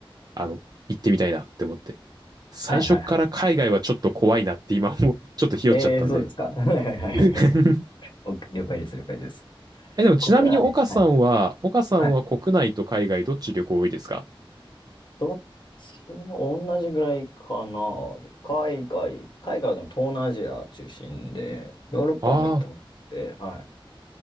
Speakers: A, on the right; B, on the left.
A: あの、行ってみたいなって思って。最初から海外はちょっと怖いなって今も、
B: はいはいはい。
A: ちょっとひよっちゃったんで。
B: えー、そうですか。はいはいはい。
A: <laughs>
B: <laughs> お了解です。了解です。
A: え、でもちなみに岡さんは、
B: 国内。はい
A: 岡さんは国内と海外どっち旅行多いですか
B: はい。はいどっちも同じぐらいかな。で海外、海外でも東南アジア中心で、ヨーロッパも行ったことあって、
A: ああー、
B: はい。